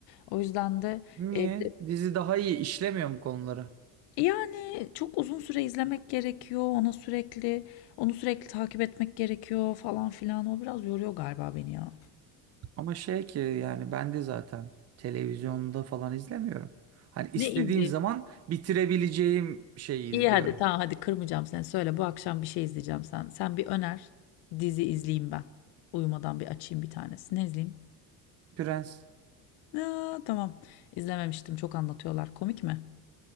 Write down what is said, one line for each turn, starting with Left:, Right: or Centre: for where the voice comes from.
Left: O yüzden de
Right: Niye?
Left: e, bir de-
Right: Dizi daha iyi işlemiyor mu konuları?
Left: yani çok uzun süre izlemek gerekiyor ona sürekli onu sürekli takip etmek gerekiyor falan filan o biraz yoruyor galiba beni ya.
Right: Ama şey ki yani ben de zaten televizyonda falan izlemiyorum. Hani istediğim
Left: Ne izleyeyim?
Right: zaman bitirebileceğim şeyi
Left: İyi
Right: izliyorum.
Left: hadi tamam hadi kırmayacağım seni söyle bu akşam bir şey izleyeceğim sen. Sen bir öner dizi izleyeyim ben. Uyumadan bir açayım bir tanesi. Ne izleyeyim?
Right: Prens
Left: Aa, tamam izlememiştim çok anlatıyorlar komik mi?